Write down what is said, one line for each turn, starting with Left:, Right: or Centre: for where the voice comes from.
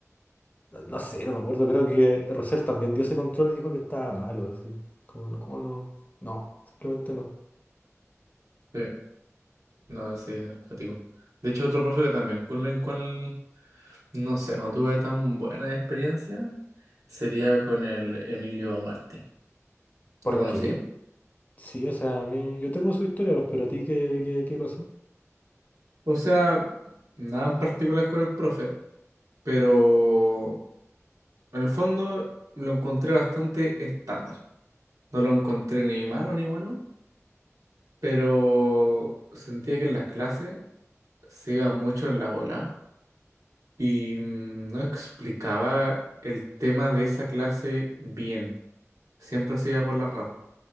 Left: No, no sé, no me acuerdo. Creo que Rosell también dio ese control y dijo que estaba malo, así. Como, no, no, no, simplemente no.
Right: Sí. No, sí, es acuático. De hecho, otro profe que también con el cual, no sé, no tuve tan buena experiencia sería con el Emilio Martí.
Left: ¿Por
Right: ¿Lo conocí?
Left: qué? Sí, o sea, a mí, yo tengo su historia, pues, pero a ti, ¿qué, qué, qué pasó?
Right: O sea, nada en particular con el profe, pero en el fondo lo encontré bastante estándar. No lo encontré ni malo ni bueno, pero sentía que en las clases se iba mucho en la bola y mm, no explicaba el tema de esa clase bien. siempre se iba por las ramas